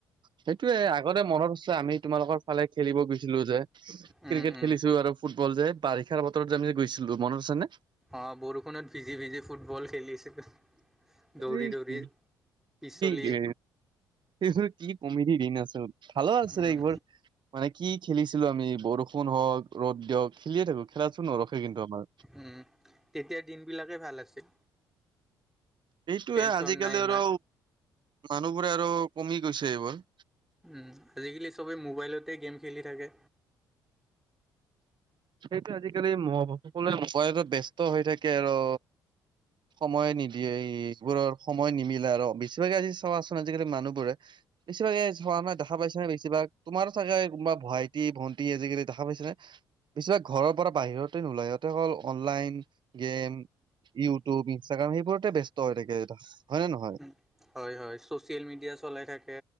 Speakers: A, on the right (about 50°); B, in the centre.
A: সেইটোয়ে আগতে মনত আছে আমি তোমালোকৰ ফালে খেলিব গৈছিলো যে,
B: উম
A: ক্ৰিকেট
B: উম
A: খেলিছো আৰু ফুটবল যে বাৰিষাৰ বতৰত যে আমি যে গৈছিলো মনত আছে নে?
B: অ', বৰষুণত ভিজি ভিজি ফুটবল খেলিছিলো। দৌৰি
A: এই
B: দৌৰি
A: কি
B: পিছলি
A: কি এইবোৰ কি কমেডি দিন আছিল, ভালো আছিল
B: উম
A: এইবোৰ। মানে কি খেলিছিলো আমি বৰষুণ হওক, ৰ'দ দিয়ক খেলিয়ে থাকো খেলাচোন নৰখে কিন্তু আমাৰ।
B: উম, তেতিয়া দিনবিলাকে ভাল আছিল।
A: এইটোয়ে
B: টেনচন
A: আজিকালি
B: নাই ইমান
A: আৰু মানুহবোৰে আৰু কমি গৈছে এইবোৰ।
B: উম, আজিকালি চবে মোবাইলতে গেম খেলি থাকে।
A: সেইটোৱে আজিকালি মহ <unintelligible> সকলোৱে মবাইলত ব্যস্ত হৈ থাকে আৰু সময়ে নিদিয়ে এইবোৰৰ সময় নিমিলে আৰু বেছিভাগে আজি চোৱাচোন আজিকালি মানুহবোৰে বেছিভাগ এই চোৱা নাই দেখা পাইছেনে বেছিভাগ তোমাৰো চাগে কোনোবা ভাইটি-ভণ্টি আজিকালি দেখা পাইছে নে? বেছিভাগ ঘৰৰ পৰা বাহিৰতে নোলাই, সিহঁতে অকল অনলাইন গেম ইউটিউব, ইনষ্টাগ্ৰাম সেইবোৰতে ব্যস্ত হৈ থাকে এইটো হয় নে নহয়?
B: উম হয়, হয়, ছচিয়েল মিডিয়া চলাই থাকে,